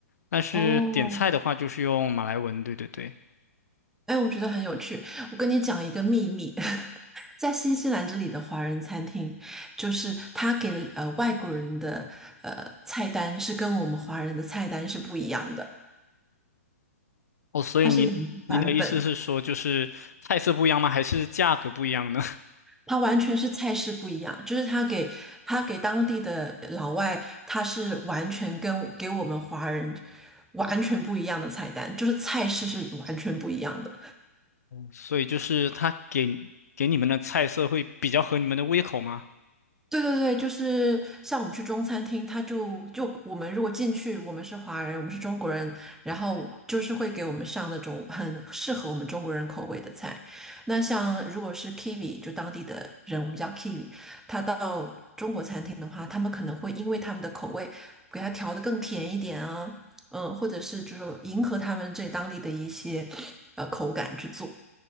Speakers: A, on the left; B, in the centre.
A: 但是点菜的话就是用马来文，
B: 哦，
A: 对对对，
B: 哎，我觉得很有趣。我跟你讲一个秘密，<laughs> 在新西兰这里的华人餐厅，就是他给呃外国人的呃菜单是跟我们华人的菜单是不一样的，
A: 哦，所以您您的意思是说就是菜色不一样吗？
B: 它是两个版本，
A: 还是价格不一样呢？
B: 它完全是菜式不一样。就是他给他给当地的老外，他是完全跟给我们华人完全不一样的菜单，就是菜式是完全不一样的。
A: 所以就是他给给你们的菜色会比较合你们的胃口吗？
B: 对对对，就是像我们去中餐厅，他就就我们如果进去，我们是华人，我们是中国人，然后就是会给我们上那种很适合我们中国人口味的菜。那像如果是 Kiwi，就当地的人，我们叫 Kiwi，他到中国餐厅的话，他们可能会因为他们的口味，给他调的更甜一点啊，嗯，或者是就是迎合他们这当地的一些呃口感去做，